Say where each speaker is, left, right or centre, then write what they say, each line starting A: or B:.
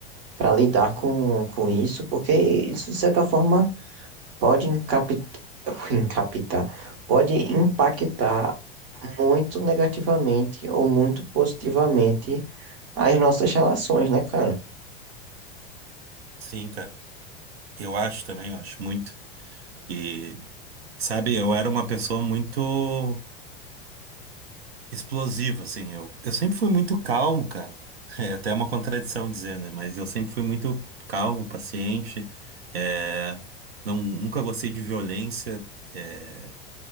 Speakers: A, on the right; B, on the right.
A: para lidar com, com isso, porque isso de certa forma pode encapitar, <laughs> encapitar, pode impactar muito negativamente ou muito positivamente as nossas relações, né, cara?
B: Sim, cara. Eu acho também, eu acho muito. E, sabe, eu era uma pessoa muito explosiva, assim. Eu, eu sempre fui muito calmo, cara. <laughs> É até uma contradição dizer, né? Mas eu sempre fui muito calmo, paciente. É, não, nunca gostei de violência. É,